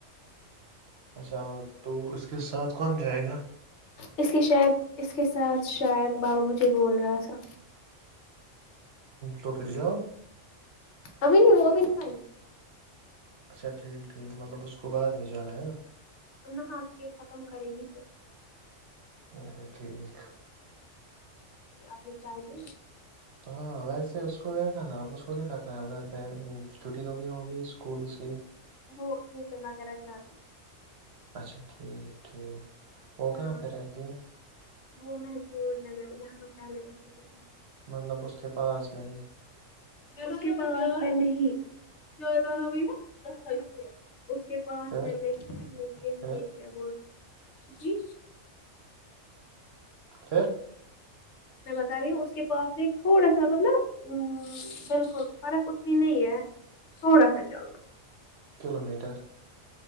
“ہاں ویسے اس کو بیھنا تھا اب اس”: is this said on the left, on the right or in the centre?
Right